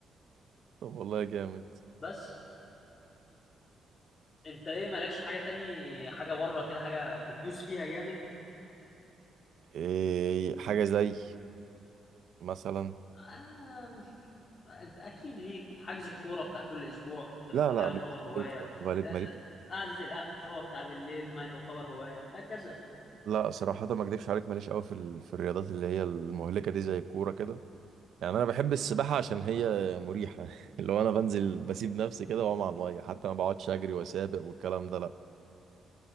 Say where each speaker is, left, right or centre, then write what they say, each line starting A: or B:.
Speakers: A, on the right; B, on the left.
A: طب والله جامد
B: بس انت ايه مالكش حاجه تاني حاجه بره كده حاجه بتدوس فيها جامد
A: إيه حاجة زي مثلا
B: آه مش انت اكيد ليك حجز الكوره بتاع كل اسبوع ده-
A: لا
B: ما هو ده
A: لا
B: يعتبر
A: انا كنت
B: هوايه
A: بتكلم في غالب
B: آه،
A: مالي
B: قعده القهوه بتاع بالليل ما تعتبر هوايه هكذا
A: لا صراحه ما اكدبش عليك ماليش قوي في ال... في الرياضات اللي هي المهلكه دي زي الكوره كده يعني انا بحب السباحه عشان هي مريحه <laughs> اللي هو انا بنزل بسيب نفسي كده واقوم على الميه حتى ما بقعدش اجري واسابق والكلام ده لا